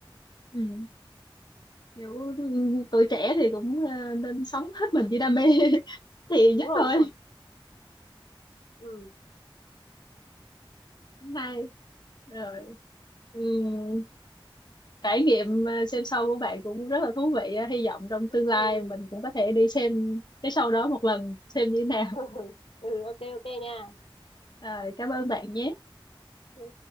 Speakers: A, on the left (about 50°); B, on the left (about 85°).
A: ừ kiểu ừ, tuổi trẻ thì cũng ờ, nên sống hết mình với đam mê <laughs> thì
B: đúng
A: nhất
B: rồi
A: thôi
B: đúng rồi ừ
A: hay rồi ừ. trải nghiệm ờ, xem show của bạn cũng rất là thú vị á. hy vọng trong tương lai
B: ừ
A: mình cũng có thể đi xem cái show đó một lần xem như thế nào
B: <laughs> ừ ok ok nha
A: à, cảm ơn bạn nhé
B: ừ.